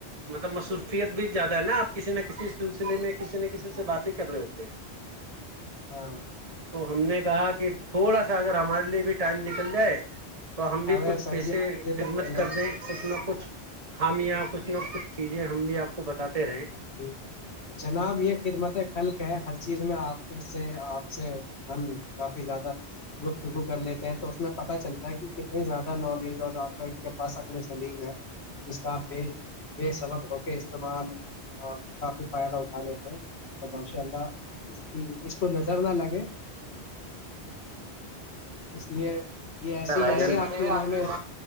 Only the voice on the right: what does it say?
مطلب مصروفیت بھی زیادہ ہے نا آپ کسی نہ کسی سلسلے میں کسی نہ کسی سے باتیں کر رہے ہوتے ہیں
تو ہم نے کہا کہ تھوڑا سا اگر ہمارے لیے بھی ٹائم نکل جائے تو ہم بھی
کچھ
پیسے
خدمت
کر
دیں کچھنا کچھ ہم یہاں کچھ نہ کچھ چیزیں ہم بھی آپ کو بتاتے رہے
بھائی
جان
آ کی